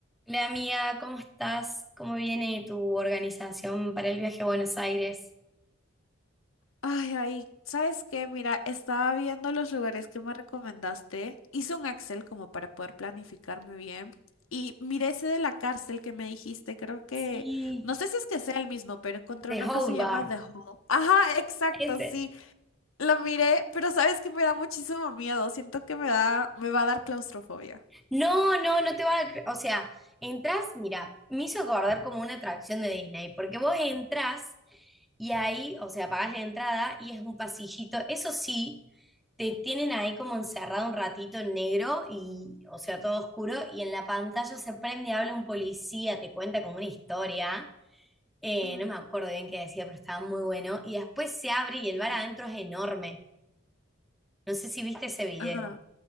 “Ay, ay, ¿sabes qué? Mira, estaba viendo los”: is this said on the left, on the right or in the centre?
Left